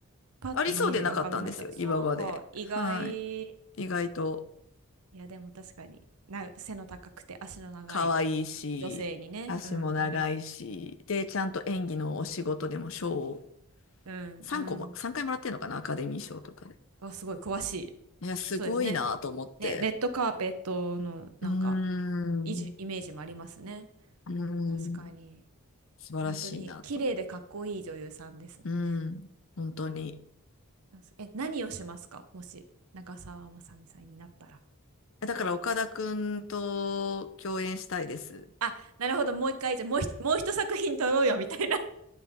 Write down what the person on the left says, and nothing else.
ありそうでなかったんですよ、
今まで。
はい。
意外と
可愛いし、
足も長いし、
で、ちゃんと演技のお仕事でも賞を
3個も、3回もらってるのかな、アカデミー賞とかで。
いや、すごいなと思って。
うーん、
う
ー
ん、素晴らしいなと。
うん、本当に。
えだから岡田くんと共演したいです。